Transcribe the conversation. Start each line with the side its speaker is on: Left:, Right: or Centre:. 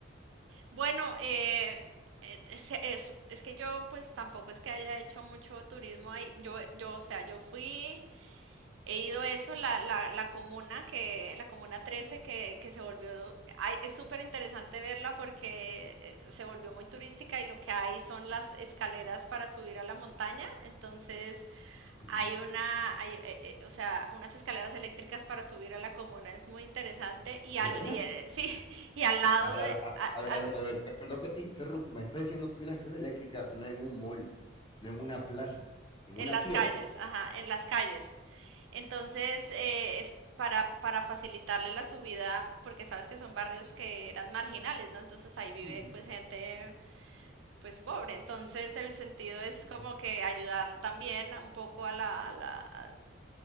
Right: Bueno, eh, eh, Es, es- es que yo pues tampoco es que haya hecho mucho turismo ahí. Yo, yo, o sea, yo fui He ido a eso, la, la, la comuna que, la comuna 13 que, que se volvió, ay, es súper interesante verla porque eh, se volvió muy turística y lo que hay son las escaleras para subir a la montaña. Entonces
Left: Ujú.
Right: hay una, hay, eh, eh, o sea, unas escaleras eléctricas para subir a la comuna, es muy interesante. Y
Left: ¿De
Right: al,
Left: veras?
Right: y, eh, sí, <laughs> y al lado
Left: A ver,
Right: de,
Left: a ver, a,
Right: a-
Left: a ver,
Right: al-
Left: a ver, a ver, per- perdón que te interrumpa, me estás diciendo que hay una escalera eléctrica no en un mall, no en una plaza, en
Right: En
Left: una
Right: las
Left: piedra.
Right: calles, ajá, en las calles. Entonces, eh, es para, para facilitarle la subida, porque sabes que son barrios que eran marginales, ¿no? Entonces ahí vive
Left: Sí, sí.
Right: pues gente pues pobre. Entonces el sentido es
Left: Ujú.
Right: como que ayudar también un poco a la, a la- a-